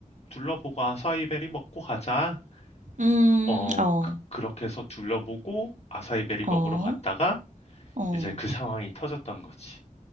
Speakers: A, on the left; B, on the right.
A: 둘러보고 아사이베리 먹고 가자.
B: 음.
A: 어,
B: 어.
A: 그, 렇게 해서 둘러보고 아사이베리 먹으러
B: 어.
A: 갔다가
B: 어.
A: 이제 그 상황이 터졌던 거지.